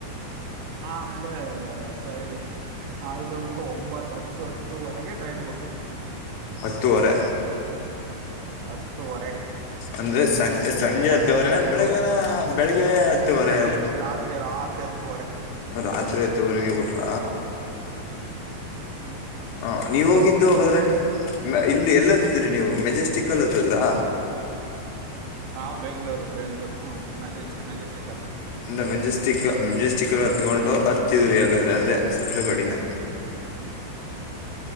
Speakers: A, on the right; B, on the left.
A: ಆಮೇಲೆ ಸರಿ ಆಯ್ತು ಅನ್ಬಿಟ್ಟು ಒಂಬತ್ ಹತ್ತು ಹತ್ತುವರೆಗೆ ಟ್ರೈನ್ ಬಿಡ್ತು.
B: ಹತ್ತುವರೆ
A: ಹತ್ತುವರೆಗೆ
B: ಅಂದ್ರೆ ಸಂಜ ಸಂಜೆ
A: ಹತ್ತುವರೆಗೆ
B: ಹತ್ತುವರೆನ
A: ಬಿಡ್ತು
B: ಬೆಳಗನ ಬೆಳಿಗ್ಗೆ ಹತ್ತುವರೆ
A: ನೈಟು
B: ಹುಟ್ಟಲ್ವಾ.
A: ರಾತ್ರಿ ರಾತ್ರಿ ಹತ್ತುವರೆ
B: ರಾತ್ರಿ ಹತ್ತುವರೆಗೆ ಬಿಟ್ರ
A: ಹ
B: ಹ ನೀವ ಹೋಗಿದ್ದು ಹೋಗದ್ರೆ ಇಲ್ಲಿ ಎಲ್ಲತ್ತಿದ್ರಿ ನೀವು ಮೆಜೆಸ್ಟಿಕ್ ಎಲ್ಲತ್ತಿದ್ರಾ?
A: ನಾವು ಬೆಂಗ್ಳೂರು ಬೆಂಗ್ಳೂರು ಹ ಮೆ ಮೆಜೆಸ್ಟಿಕ್ ಅಲ್ಲೆ.
B: ಒ ಮೆಜೆಸ್ಟಿಕ್ ಮೆಜೆಸ್ಟಿಕ್ಲ್ಲಿ ಹತ್ಕೊಂಡು ಹತ್ತಿದರಿ ಆಗಾದ್ರೆ ಅಲ್ಲೇ ಸಟ್ಲು ಗಾಡಿನ